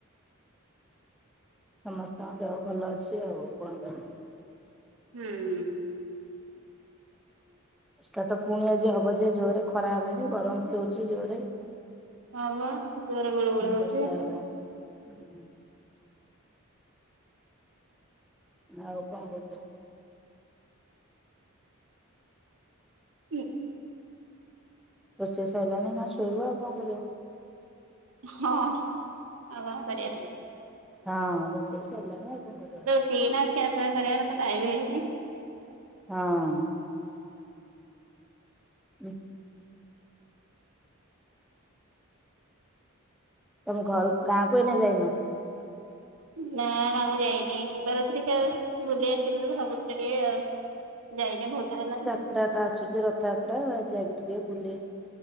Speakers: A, in the centre; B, on the right.
A: ସମସ୍ତଙ୍କ ଦେହ ଭଲ ଅଛି ଆଉ କଣ କହିବି?
B: ହୁଁ
A: ହ ବର୍ଷା ତ ପୁଣି ଆଜି ହବ ଯେ ଜୋରରେ ଖରା ହେଲାଣି ଗରମ ବି ହଉଛି ଜୋରେ
B: ହଁ ବା ଜୋରେ ଗୁଳି ଗୁଳି ହଉଛି।
A: ବର୍ଷା ହବ ହୁଁ ଆଉ କଣ କହୁଛ?
B: ହୁଁ।
A: ରୋଷେଇ ସାରଲାଣି ନା ଶୋଇବ ଆଉ କଣ କରିବ?
B: ହଁ ଆଉ କଣ କରିବା?
A: ହଁ ରୋଷେଇ ସାରଲାଣି ଆଉ କଣ କରିବ?
B: ସେଇ ନା ଖିଆ ପିଆ କରିବାର ତ ଟାଇମ୍ ହେଇନି।
A: ହଁ ହୁଁ ତମ ଘର ଗାଁକୁ ଏନେ ଯାଇନ।
B: ନା ଗାଁକୁ ଯାଇନି ଯିବାର ଅଛି ଟିକେ ଦେଖିବା ବୁଲି ଆସିବି ବୋଲି ଭାବୁଛି। ସେ ଯାଇନି ବହୁତ ଦିନି ହେଲାଣି।
A: ରଥଯାତ୍ରା ଆସୁଛି ରଥଯାତ୍ରା ଯାଇକି ଟିକେ ବୁଲି